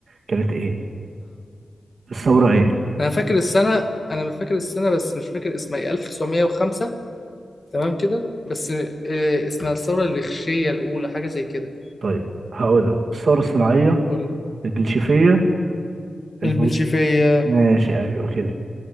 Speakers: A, on the right; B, on the left.
A: كانت إيه؟ الثورة إيه؟
B: انا فاكر السنه انا مش فاكر السنه بس مش فاكر اسمها ايه 1905 تمام كده بس آه، اسمها الثوره الريخشيه الاولى حاجه زي كده
A: طيب هقول لك الثورة الصناعية
B: قول لي.
A: البلشفية البو...
B: البلشفيه
A: ماشي أيوه كده